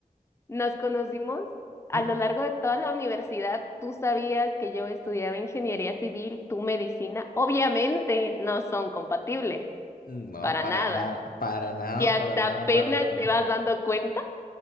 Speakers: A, on the left; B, on the left.
A: nos conocimos a
B: Mm,
A: lo largo de toda la universidad. Tú sabías que yo estudiaba ingeniería civil, tú medicina. Obviamente no son compatibles,
B: No,
A: para
B: para
A: nada.
B: nada, para nada,
A: Y hasta
B: para nada,
A: apenas
B: para nada.
A: te vas dando cuenta.